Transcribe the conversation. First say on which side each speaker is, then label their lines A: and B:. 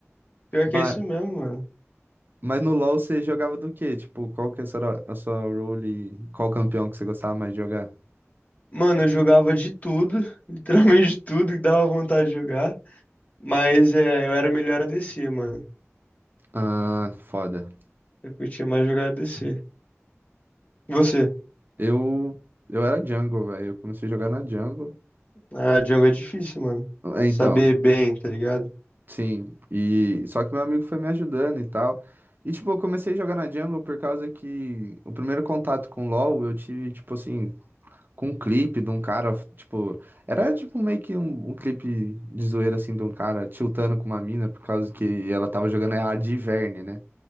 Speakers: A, on the left; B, on the right.
A: Pior que
B: Mas,
A: é isso mesmo, mano.
B: Mas no LoL você jogava do quê? Tipo, qual que era a sua role? e Qual campeão que você gostava mais de jogar?
A: Mano, eu jogava de tudo, <laughs> literalmente de tudo que dava vontade de jogar. Mas é, eu era melhor a ADC, mano.
B: Ah, foda.
A: Eu curtia mais jogar ADC. E Você?
B: Eu, eu era jungle, velho. Eu comecei a jogar na jungle.
A: Ah, jungle é difícil, mano.
B: Ah, Então,
A: Saber bem, tá ligado?
B: sim. E só que meu amigo foi me ajudando e tal. E tipo, eu comecei a jogar na jungle por causa que o primeiro contato com LoL eu tive, tipo assim, com um clipe de um cara, tipo, era tipo meio que um, um clipe de zoeira assim de um cara tiltando com uma mina por causa que ela tava jogando errado de Ivern, né?